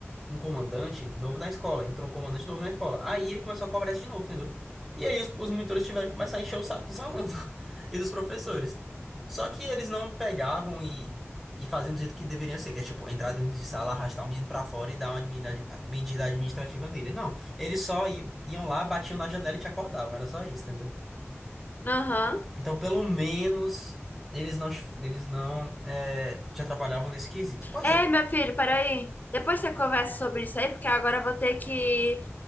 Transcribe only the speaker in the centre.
um comandante novo na escola, entrou um comandante novo na escola. Aí ele começou a cobrar isso de novo, entendeu? E aí os, os monitores tiveram que começar a encher o saco dos alunos <laughs> e dos professores. Só que eles não pegavam e, e faziam do jeito que deveriam ser, que é tipo entrar dentro de sala, arrastar o menino pra fora e dar uma admini- ad- medida administrativa nele. Não, eles só i- iam lá, batiam na janela e te acordavam, era só isso, entendeu?
Então, pelo menos, eles não, te- eles não eh, te atrapalhavam nesse quesito. Pois
é.